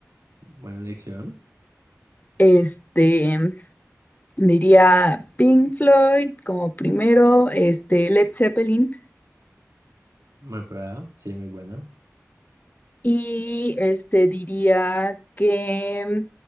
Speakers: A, on the right; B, on the left.
A: buena elección.
B: Este, diría Pink Floyd como primero, este, Led Zeppelin,
A: Muy probado, sí, muy bueno.
B: y este, diría que